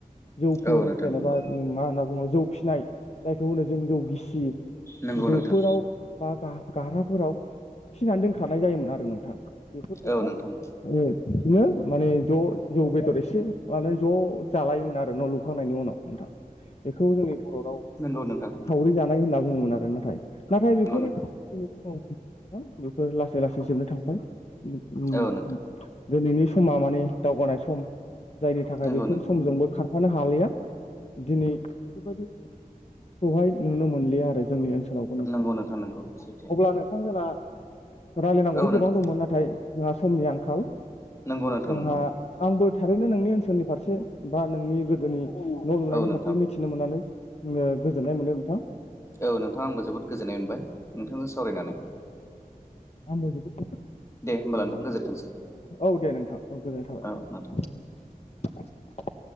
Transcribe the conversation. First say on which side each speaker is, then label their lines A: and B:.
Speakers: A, on the left; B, on the left.
A: जौफोर
B: औ नोंथां
A: जेनेबा
B: नंगौ
A: मा होनना बुङो जौ फिसिनाय जायखौ होनो जों जौ गिसि।
B: नंगौ
A: दोफोराव
B: नोंथां
A: बा गा-गाराफोराव फिसिनानै दोनखानाय जायोमोन आरो नोंथां। बेफोरखौहाय
B: औ नोंथां
A: ओ बिदिनो माने ज' जौ बेदर ए से मानाय ज' जालायोमोन आरो न' लुखांनायनि उनाव नोंथां। बेखौ जोंनि बर' राव
B: नंगौ नोंथां नंगौ
A: सावरि जानाय होनना बुङोमोन आरो नाथाय नाथाय बेफोर
B: नोंथां
A: औ नोंथां बेफोर लासै लासै जोबनो थांबाय उम
B: औ नोंथां नंगौ
A: दिनैनि समा माने दावगानाय सम जायनि थाखाय
B: नंगौ
A: बेफोर
B: नोंथां
A: समजोंबो खार फानो हालिया। दिनै बेफोरबायदिखौहाय नुनो मोनलिया आरो जोंनि ओनसो लावबो नोंथां
B: नंगौ नंगौ सैथो
A: अब्ला नोंथां जोंना रायलायनांगौथ'
B: औ नोंथां
A: गोबां दंमोन। नाथाय जोंहा समनि आंखाल।
B: नंगौ नोंथां
A: जोंहा
B: नंगौ
A: आंबो थारैनो नोंनि ओनसोलनि फारसे बा नोंनि गोदोनि न' लुनायनि
B: औ नोंथां
A: फारसे मिथिनो मोननानै ओ गोजोननाय मोनदों नोंथां।
B: औ नोंथां आंबो जोबोद गोजोननाय मोनबाय नोंथांजों सावरायनानै।
A: आंबो बेखौ
B: दे होमबालाय नोंथां गोजोनथोंसै।
A: औ दे नोंथां औ गोजोननाय
B: औ
A: थाबाय नोंथां।
B: नोंथां